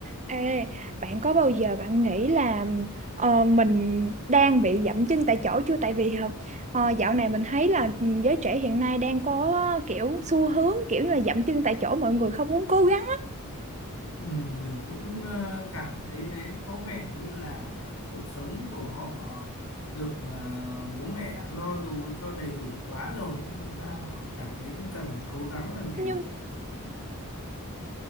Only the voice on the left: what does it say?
Ừ, mình cũng ờ, cảm thấy thế có vẻ như là cuộc sống của họ được ờ, bố mẹ lo đủ cho đầy đủ quá rồi ấy. Đâm ra họ cảm thấy không cần phải cố gắng làm gì